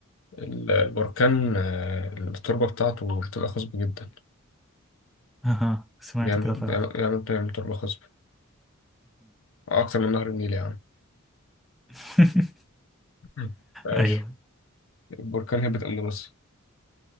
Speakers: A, on the left; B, in the centre.
A: ال- البركان آه، التربة بتاعته بتبقى خصبة جدا
B: أها سمعت
A: بيعمل
B: كده
A: بيعمل
B: فعلا
A: بيعمل بيعمل تربة خصبة أكتر من نهر النيل يعني
B: <laughs>
A: مم. ماشي
B: أيوه
A: البركان هبت أندونيسيا